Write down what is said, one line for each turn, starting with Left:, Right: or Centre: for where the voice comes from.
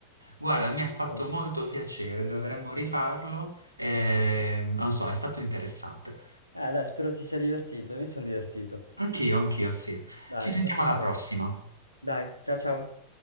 Right: Guarda,
Left: assolutamente.
Right: mi ha fatto molto piacere, dovremmo rifarlo. e, non so, è stato interessante.
Left: Eh dai, spero ti sia divertito, io mi sono divertito.
Right: Anch'io, anch'io, sì.
Left: Dai,
Right: Ci sentiamo
Left: mi fa piacere.
Right: alla prossima.
Left: Dai, ciao ciao.